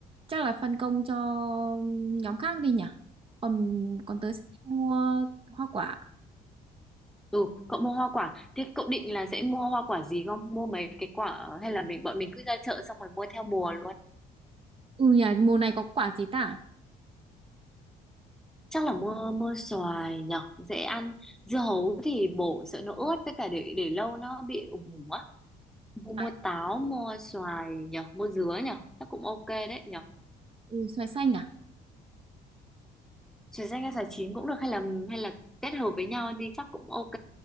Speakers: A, on the right (about 30°); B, in the centre.
A: chắc là phân công cho ừ, nhóm khác đi nhỉ còn còn tớ sẽ đi mua hoa quả
B: ừ cậu mua hoa quả thế cậu định là sẽ mua hoa quả gì không mua mấy cái quả hay là mình bọn mình cứ ra chợ xong rồi mua theo mùa luôn
A: ừ nhỉ mùa này có quả gì ta
B: chắc là mua mua xoài nhỉ dễ ăn dưa hấu thì bổ sợ nó ướt với cả để để lâu nó bị ủng ủng mua, mua
A: xoài,
B: táo mua xoài nhở mua dứa nhở chắc cũng ok đấy nhở
A: ừ, xoài xanh à
B: xoài xanh hay xoài chín cũng được hay là hay là kết hợp với nhau đi chắc cũng ok